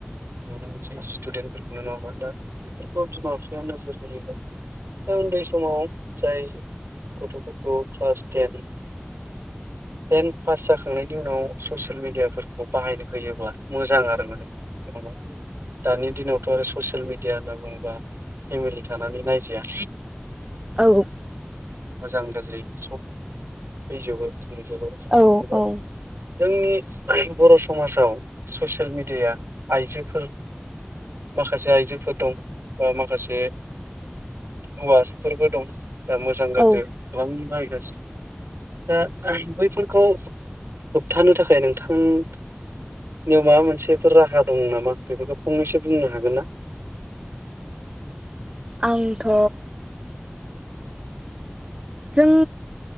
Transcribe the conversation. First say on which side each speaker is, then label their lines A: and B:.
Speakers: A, on the right; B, on the right.
A: नुनो मोनसै स्टुडेन्टफोरखौ नङा होनबा ना दा बेफोरखौ बिमा बिफाया नोजोर होयोबा दा उन्दै समाव जाय गथ'फोरखौ क्लास टेन टेन पास जाखांनायनि उनाव ससेल मिडिया फोरखौ बाहायनो होयोब्ला मोजां आरो माने नङा होनबा दानि दिनावथ' आरो ससियेल मिडिया होनना बुङोब्ला बा फेमिलि थानानै नायजाया
B: औ औ
A: मोजां गाज्रि सब फैजोबो नुजोबो
B: औ
A: आरो जोंनि बर' समाजाव ससियेल मेडियाया आइजोफोर माखासे आइजोफोर दं बा माखासे हौवाफोरबो दं दा मोजां
B: औ
A: गाज्रि गोबां बायगासिनो दा बैफोरखौ होबथानो थाखाय नोंथां थां नियाव माबा मोनसेफोर राहा दं नामा बेफोरखौ फंनैसो बुंनो हागोन ना?
B: आंथ' जों